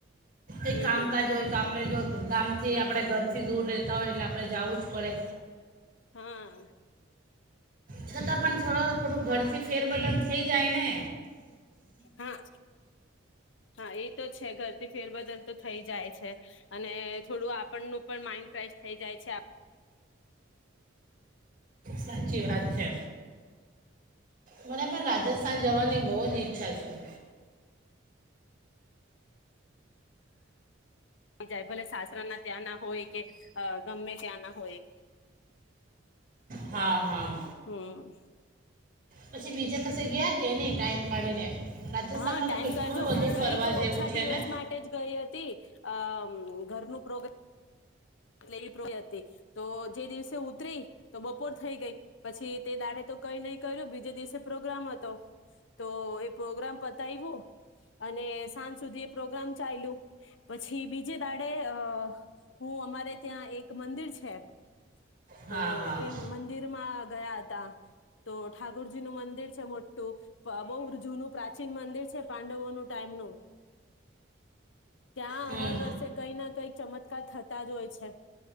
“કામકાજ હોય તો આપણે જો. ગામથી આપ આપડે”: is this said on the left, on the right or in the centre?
Right